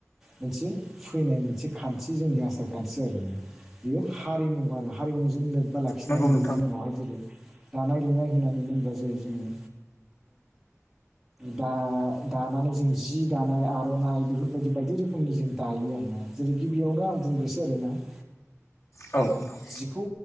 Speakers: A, in the centre; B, on the left.
A: मोनसे फैनाय मोनसे खान्थि जोंनि आसार खान्थि जाहैबाय। बियो हारिमु आरो हारिमुजों लोब्बा लाखिनानै
B: नंगौ नोंथां
A: बियो जोंनावहाय जेरै दानाय लुनाय होननानै बुंङोबा जेरै जोङो दा दानानै जों जि दानाय आर'नाइ बेफोरबायदि बायदि रोखोमनि जों दायो आरोना जेरै गिबियावनो आं बुंग्रोसो आरोना। <unintelligible>
B: औ। नोंथां
A: जिखौ